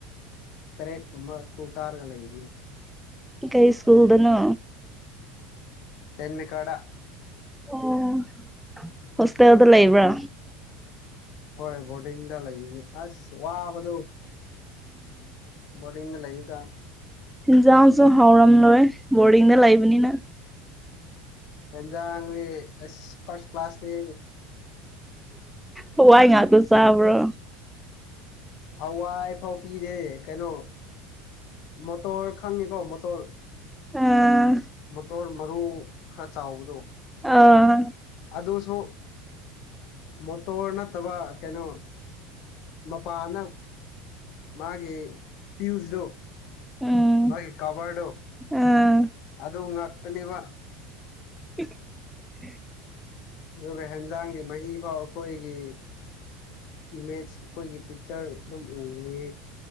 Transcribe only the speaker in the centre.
ꯀꯩ ꯁꯀꯨꯜꯗꯅ
ꯑꯣ ꯍꯣꯁꯇꯦꯜꯗ ꯂꯩꯕ꯭ꯔꯥ
ꯏꯤꯟꯖꯥꯡꯁꯨ ꯍꯥꯎꯔꯝꯂꯣꯏ ꯕꯣꯔꯗꯤꯡꯗ ꯂꯩꯕꯅꯤꯅ
ꯍꯋꯥꯏ ꯉꯥꯥꯛꯣ ꯆꯥꯕ꯭ꯔꯣ
ꯑꯥ
ꯑꯥ
ꯎꯝ
ꯑꯥ
<inaudible>